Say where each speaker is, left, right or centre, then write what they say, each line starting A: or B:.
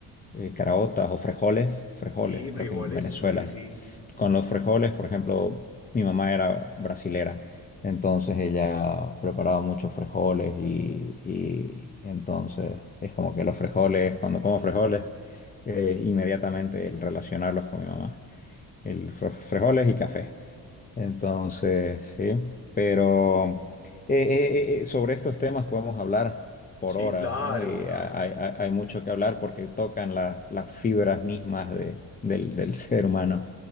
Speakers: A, on the left (about 25°); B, on the left (about 40°).
A: eh, caraotas o frijoles, frijoles,
B: Sí, frijoles,
A: creo que en Venezuela.
B: sí, sí.
A: Con los frijoles, por ejemplo, mi mamá era brasilera, entonces ella preparaba muchos frijoles y, y entonces es como que los frijoles, cuando como frijoles, eh, inmediatamente el relacionarlos con mi mamá, el fr- frijoles y café. Entonces, sí, pero eh, eh, eh, eh, sobre estos temas podemos hablar por
B: Sí,
A: horas,
B: claro,
A: ¿no? Y
B: claro.
A: hay, hay- hay mucho que hablar porque tocan la- las fibras mismas de- del, del <laughs> ser humano.